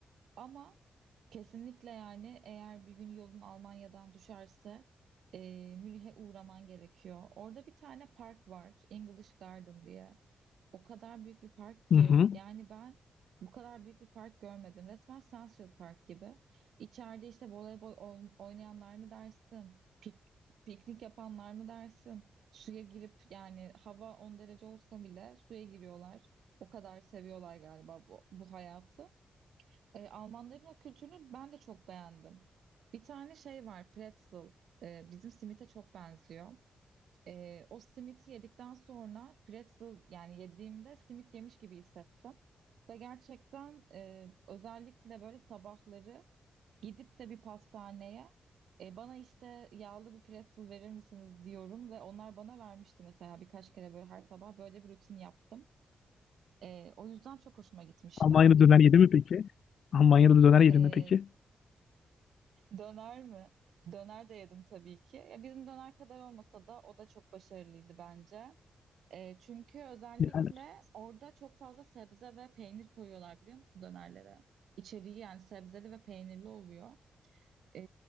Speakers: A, on the right (about 80°); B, on the left (about 70°).
A: Ama kesinlikle yani eğer bir gün yolun Almanya'dan düşerse e, Münih'e uğraman gerekiyor. Orada bir tane park var, English Garden diye. O kadar büyük bir park ki
B: Hı hı.
A: yani ben bu kadar büyük bir park görmedim. Resmen Central Park gibi. İçeride işte voleybol ol- oynayanlar mı dersin, pik- piknik yapanlar mı dersin, suya girip yani hava 10 derece olsa bile suya giriyorlar. O kadar seviyorlar galiba bu, bu hayatı. E, Almanların o kültürünü ben de çok beğendim. Bir tane şey var, pretzel. E, bizim simite çok benziyor. E, o simiti yedikten sonra pretzel yani yediğimde simit yemiş gibi hissettim. Ve gerçekten e, özellikle böyle sabahları gidip de bir pastaneye e, bana işte yağlı bir pretzel verir misiniz diyorum ve onlar bana vermişti mesela birkaç kere böyle her sabah böyle bir rutin yaptım. E, o yüzden çok hoşuma gitmişti.
B: Almanya'da döner yedi mi peki? Almanya'da döner yedi
A: Ee,
B: mi peki?
A: Döner mi? Döner de yedim tabii ki. Ya bizim döner kadar olmasa da o da çok başarılıydı bence. E, çünkü özellikle
B: Yani
A: orada çok fazla sebze ve peynir koyuyorlar biliyor musun dönerlere? İçeriği yani sebzeli ve peynirli oluyor. E,